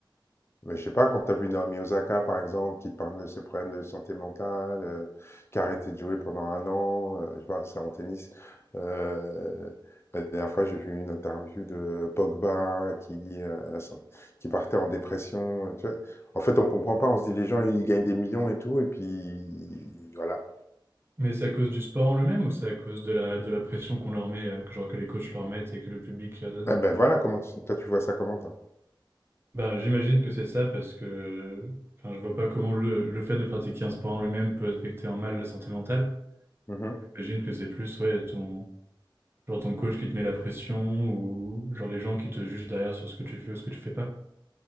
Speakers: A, on the left; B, on the right.
A: Mais je sais pas, quand tu as vu Naomi Osaka, par exemple, qui te parle de ses problèmes de santé mentale, euh, qui a arrêté de jouer pendant un an, euh, je sais pas, c'est en tennis. Euh, la dernière fois, j'ai vu une interview de Pogba qui dit, euh, la san- qui partait en dépression. tu vois. En fait, on comprend pas. On se dit, les gens, ils gagnent des millions et tout, et puis voilà.
B: Mais c'est à cause du sport en lui-même ou c'est à cause de la, de la pression qu'on leur met, euh, que genre que les coachs leur mettent et que le public leur donne?
A: Eh ben voilà, comment tu- toi, tu vois ça comment, toi?
B: Ben, j'imagine que c'est ça parce que, enfin, je vois pas comment le, le fait de pratiquer un sport en lui-même peut affecter en mal la santé mentale.
A: Mhm.
B: J'imagine que c'est plus ouais, ton, genre ton coach qui te met la pression ou genre les gens qui te jugent derrière sur ce que tu fais ou ce que tu fais pas.